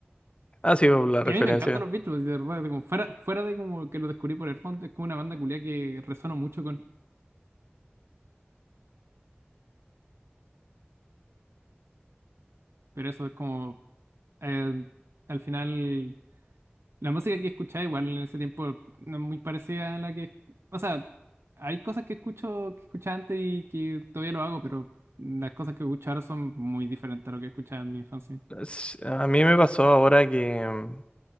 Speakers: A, on the left; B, on the right.
A: Ha sido la
B: Y
A: referencia.
B: a mí me encantan los Beach Boys, de verdad. Como fuera, fuera de como que lo descubrí por Earthbound, es como una banda culia que resono mucho con. Pero eso es como... eh, al final, la música que escuchaba igual en ese tiempo no es muy parecida a la que... O sea, hay cosas que escucho, que escuchaba antes y que todavía lo hago, pero las cosas que escucho ahora son muy diferentes a lo que escuchaba en mi infancia.
A: Es- A mí me pasó ahora que mm,